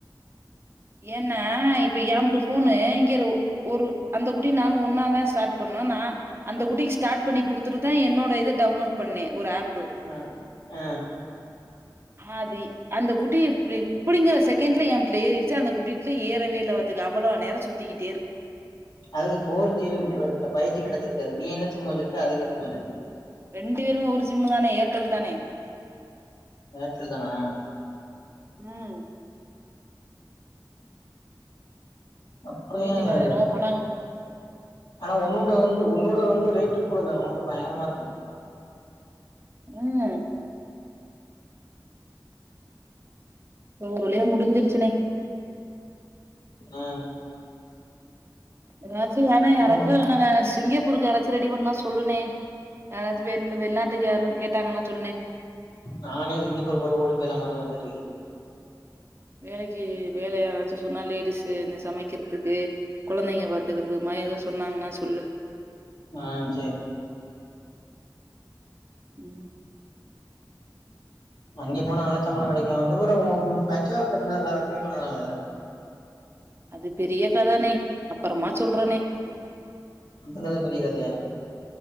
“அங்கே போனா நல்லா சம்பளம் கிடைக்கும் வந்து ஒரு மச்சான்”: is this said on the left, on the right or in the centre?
Left